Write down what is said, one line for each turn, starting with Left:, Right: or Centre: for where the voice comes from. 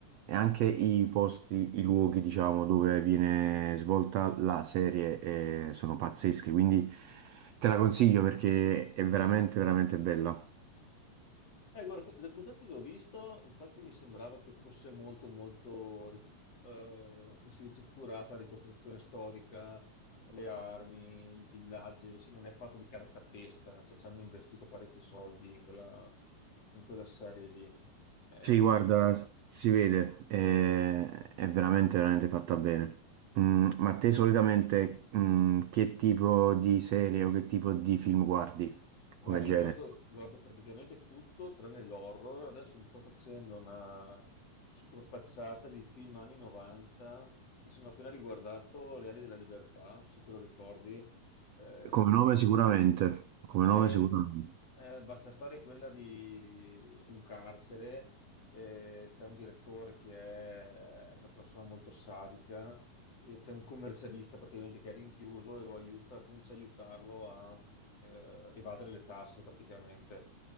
Right: e anche i posti, i luoghi, diciamo, dove viene svolta la serie eh, sono pazzeschi, quindi te la consiglio perché è veramente, veramente bella.
Left: Eh, guarda, le puntate che ho visto, infatti mi sembrava che fosse molto, molto, ri- eh, come si dice, curata la ricostruzione storica, le armi, i villaggi, sì, non è fatto di cartapesta, cioè ci hanno investito parecchi soldi in quella, in quella serie lì. Eh,
Right: Sì, guarda, si vede, eh, è veramente, veramente fatta bene. Mm, ma te solitamente mm, che tipo di serie o che tipo di film guardi
Left: Guarda,
Right: come genere?
Left: io guardo, guardo praticamente tutto tranne l'horror. Adesso mi sto facendo una scorpacciata di film anni 90 e sono appena riguardato Le ali della libertà, non so se te lo ricordi, eh, il
Right: Come nome
Left: film
Right: sicuramente, come
Left: eh,
Right: nome sicuramente.
Left: pr- eh, basta, la storia è quella di, di un carcere, eh, c'è un direttore che è una persona molto sadica e c'è un commercialista praticamente che è rinchiuso e lo aiuta, comincia ad aiutarlo a eh, evadere le tasse praticamente.